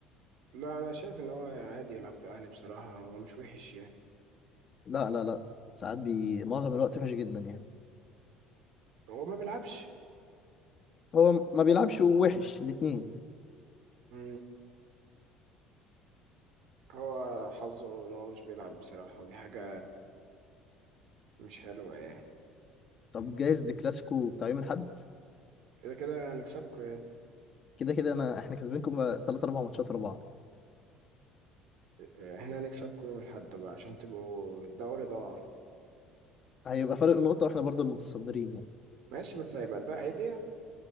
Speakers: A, on the right; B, on the left.
A: لا أنا شايف إن هو عادي يلعب في الأهلي بصراحة هو مش وحش يعني
B: لا لا لا ساعات بي معظم الوقت وحش جدا يعني
A: هو ما بيلعبش
B: هو م- ما بيلعبش وحش الاثنين
A: مم. هو حظه إن هو مش بيلعب بصراحة ودي حاجة مش حلوة يعني
B: طب جايز دي كلاسيكو بتاع يوم الاحد
A: كده كده هنكسبكوا يعني
B: كده كده انا احنا كسبينكم ثلاث اربع ماتشات ورا بعض
A: آه، احنا هنكسبكوا يوم الأحد بقى عشان تبقوا الدوري ضاع
B: هيبقى فرق نقطة واحنا برضو المتصدرين يعني
A: ماشي بس هيبقى ده هيدي